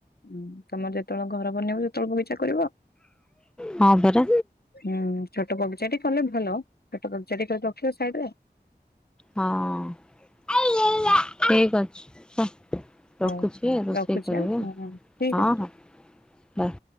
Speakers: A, on the left; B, in the centre.
A: ହୁଁ ତମର ଯେତବଳ ଘର ବନେଇବ ସେତେବେଳକୁ ବଗିଚା କରିବ।
B: ହଁ ପରା
A: ହୁଁ ଛୋଟ ବଗିଚା ଟି କଲେ ଭଲ ଛୋଟ ବଗିଚା ଟିଏ କରି ରଖିବ ସାଇଡ଼ରେ।
B: ହଁ ଠିକ୍ ଅଛି ହଁ। ରଖୁଛି
A: ହଉ
B: ରୋଷେଇ
A: ରଖୁଛି
B: କରିବି
A: ଆଁ ହୁଁ, ଠିକ
B: ଆଉ।
A: ଅଛି।
B: ହଁ ହଁ ବାଏ।